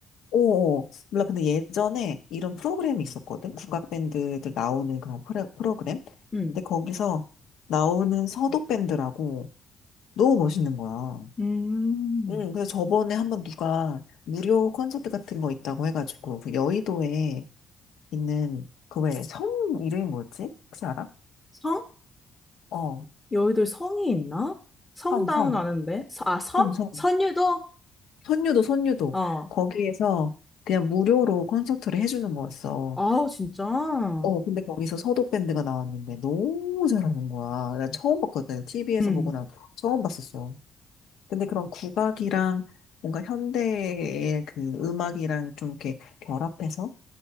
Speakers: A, on the left (about 80°); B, on the left (about 20°).
A: 오, 몰라. 근데 예전에 이런 프로그램이 있었거든. 국악 밴드들 나오는 그런 프레- 프로그램.
B: 응.
A: 근데 거기서 나오는 서도 밴드라고 너무 멋있는 거야.
B: 음,
A: 응, 그래서 저번에 한번 누가 무료 콘서트 같은 거 있다고 해가지고 그 여의도에 있는 그 왜 섬 이름이 뭐였지? 혹시 알아?
B: 성?
A: 어,
B: 여의도에 성이 있나? 성당은
A: 섬, 섬,
B: 아는데. 서- 아, 섬?
A: 섬, 섬.
B: 선유도?
A: 선유도, 선유도.
B: 어.
A: 거기에서 그냥 무료로 콘서트를 해주는 거였어.
B: 아, 진짜?
A: 어, 근데 거기서 서도 밴드가 나왔는데 너무 잘하는 거야. 나 처음 봤거든. TV에서
B: 음.
A: 보고 나 처음 봤었어. 근데 그런 국악이랑 뭔가 현대의 그 음악이랑 좀 이렇게 결합해서